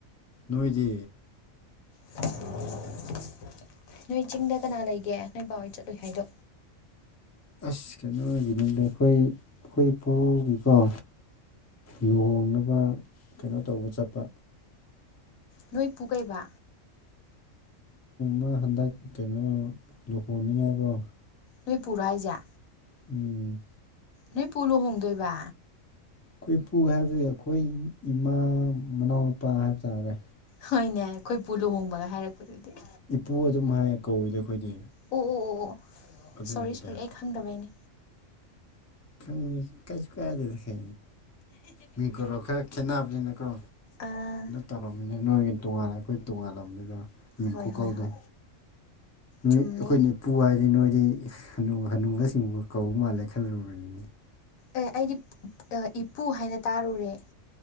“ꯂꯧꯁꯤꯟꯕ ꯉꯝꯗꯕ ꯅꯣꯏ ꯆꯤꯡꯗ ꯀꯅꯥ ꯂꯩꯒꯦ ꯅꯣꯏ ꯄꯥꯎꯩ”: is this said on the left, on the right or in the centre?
Left